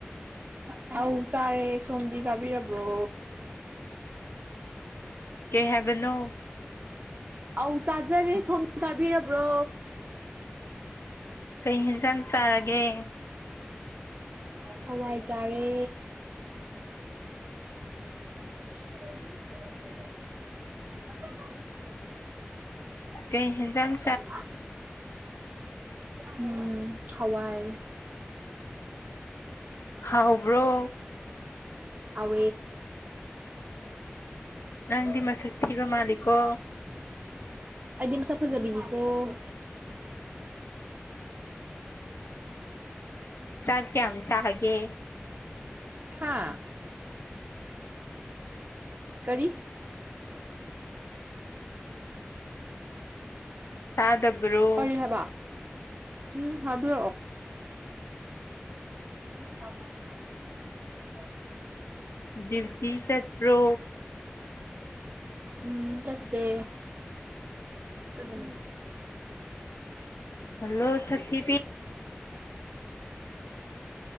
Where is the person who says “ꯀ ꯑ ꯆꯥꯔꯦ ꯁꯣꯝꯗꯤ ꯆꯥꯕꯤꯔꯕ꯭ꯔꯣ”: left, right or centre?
Right